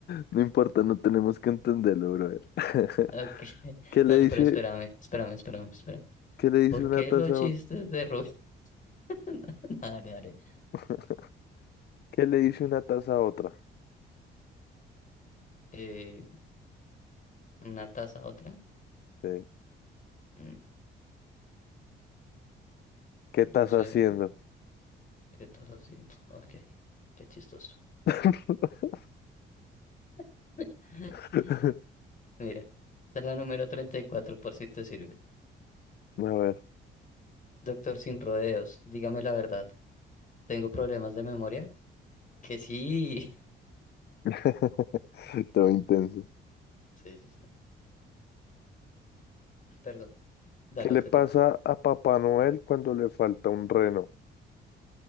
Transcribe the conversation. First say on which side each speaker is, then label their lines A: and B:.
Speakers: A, on the left (about 55°); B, on the left (about 40°).
A: No importa, no tenemos que entenderlo, brother. <laughs>
B: Ok,
A: ¿Qué le
B: no,
A: dice,
B: pero espérame, espérame, espérame, espérame.
A: qué le dice
B: ¿Por
A: una
B: qué
A: taza
B: los chistes
A: a otra?
B: de Rubén? <laughs> Dale, dale.
A: <laughs> ¿Qué le dice una taza a otra?
B: Eh, ¿una taza a otra?
A: Sí.
B: Mm,
A: ¿Qué estás
B: No sé,
A: haciendo?
B: ¿Qué estás haciendo? Ok, qué chistoso.
A: <laughs>
B: <laughs>
A: A
B: Mira, esta es la número 34 por si te sirve.
A: ver.
B: Doctor sin rodeos, dígame la verdad. ¿Tengo problemas de memoria? Que sí. <laughs>
A: <laughs> Todo intenso.
B: Sí, sí, sí. Perdón. Dale,
A: ¿Qué le
B: te
A: pasa
B: toca.
A: a Papá Noel cuando le falta un reno?